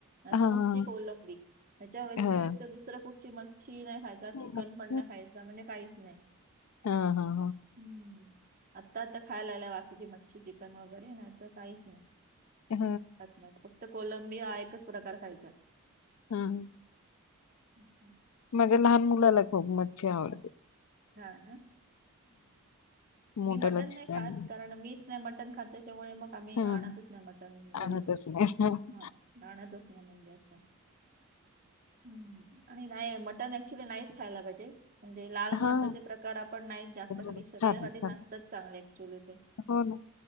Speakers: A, on the right; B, on the left.
A: आता
B: हां,
A: नुसती
B: हां,
A: कोलंबी ह्यांच्या व्यतिरिक्त
B: हां.
A: दुसरं कुठची मच्छी ची नाही खायचा
B: हां.
A: चिकन पण, नाही खायचा म्हणजे काहीच नाही.
B: हा हा
A: हम्म आता आता खायला लागलाय बाकीची मच्छी चिकन वगैरे नाही तर काहीच नाही.
B: हां,
A: आ फक्त कोलंबिया हा एकच प्रकार खायचा.
B: हम्म
A: हम्म हम्म
B: माझ्या लहान मुलाला खूप मच्छी आवड. ते
A: हां ना आम्ही
B: मोठ्याला
A: मटण नाही,
B: चिकन
A: खात कारण मी नाही मटण खातं त्यामुळे मग आम्ही
B: हं,
A: आणतच नाही मटण घरी
B: आणतच नाही.
A: हां आणातच नाही म्हणजे असं हम्म आणि मटण ऍक्च्युली नाहीच खायला पाहिजे, म्हणजे लाल
B: हां.
A: मा प्रकार आपण नाही जास्त
B: खातात,
A: हवे. शरीरासाठी
B: खातात.
A: नसतच चांगले ऍक्च्युली ते.
B: हो ना.